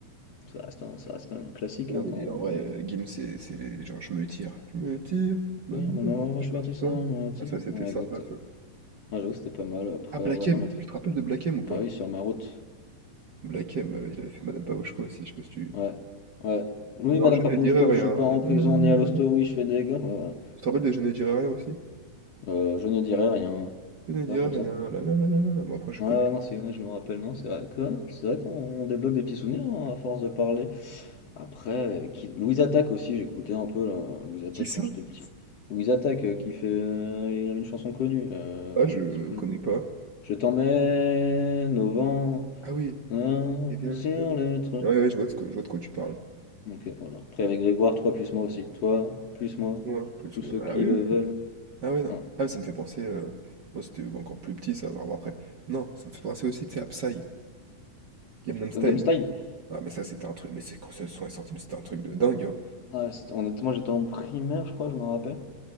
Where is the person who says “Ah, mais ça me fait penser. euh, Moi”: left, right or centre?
Right